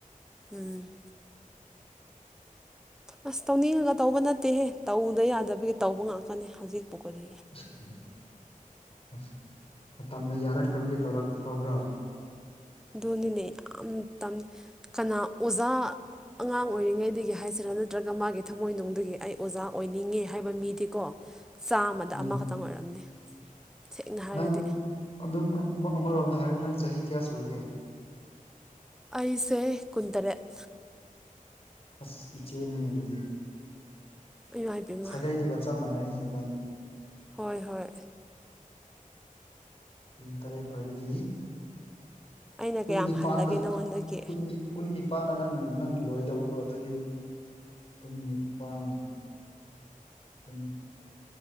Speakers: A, in the centre; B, on the left.
A: ꯎꯝ ꯑꯁ ꯇꯧꯅꯤꯡꯉꯒ ꯇꯧꯕ ꯅꯠꯇꯦꯍꯦ ꯇꯧꯗ ꯌꯥꯗꯕꯒꯤ ꯇꯧꯕ ꯉꯥꯛꯇꯅꯦ ꯍꯧꯖꯤꯛꯄꯨ ꯀꯔꯤ
B: <unintelligible> ꯃꯇꯝꯅ ꯌꯥꯔꯛꯇꯕꯒꯤ ꯇꯧꯔꯛ ꯇꯧꯕ꯭ꯔꯥ
A: ꯑꯗꯨꯅꯤꯅꯦ ꯌꯥꯝ ꯇꯟ ꯀꯅꯥ ꯑꯣꯖꯥ ꯑꯉꯥꯡ ꯑꯣꯏꯔꯤꯉꯩꯗꯒꯤ ꯍꯥꯏꯁꯤꯔ ꯅꯠꯇ꯭ꯔꯒ ꯃꯥꯒꯤ ꯊꯃꯣꯏꯅꯨꯡꯗꯒꯤ ꯑꯩ ꯑꯣꯖꯥ ꯑꯣꯏꯅꯤꯡꯉꯦ ꯍꯥꯏꯕ ꯃꯤꯗꯤꯀꯣ ꯆꯥꯝꯃꯗ
B: ꯎꯝ
A: ꯑꯃꯈꯛꯇꯪ ꯑꯣꯏꯔꯝꯅꯤ ꯁꯦꯡꯅ ꯍꯥꯏꯔꯗꯤ
B: ꯅꯪ ꯑꯗꯨꯝ ꯑꯃꯔꯣꯝꯗ ꯍꯥꯏꯔ ꯅꯪ ꯆꯍꯤ ꯀꯌꯥ ꯁꯨꯔꯒꯦ꯫
A: ꯑꯩꯁꯦ ꯀꯨꯟꯇꯔꯦꯠ꯫
B: ꯑꯁ ꯏꯆꯦꯅꯤꯅꯦ ꯑꯗꯨꯗꯤ꯫
A: ꯏꯃꯥꯏ ꯄꯦꯝꯃ
B: ꯁꯥꯒꯩꯗꯨꯒ ꯆꯞ ꯃꯥꯟꯅꯩꯍꯦ ꯏꯕꯥꯅꯤ꯫
A: ꯍꯣꯏ ꯍꯣꯏ꯫
B: ꯀꯨꯟꯇꯔꯦꯠ ꯑꯣꯏꯔꯗꯤ꯫
A: ꯑꯩꯅ
B: ꯀꯨꯟ
A: ꯀꯌꯥꯝ
B: ꯅꯤꯄꯥꯟꯗ
A: ꯍꯜꯂꯒꯦ ꯅꯪꯉꯣꯟꯗꯒꯤ
B: ꯀꯨꯟꯅꯤ꯫ ꯀꯨꯟ ꯅꯤꯄꯥꯟꯅ ꯅꯪ ꯅꯪ ꯂꯣꯏꯒꯗꯕꯀꯣ ꯑꯗꯨꯗꯤ ꯀꯨꯟ ꯅꯤꯄꯥꯟ꯫ ꯀꯨꯟ꯫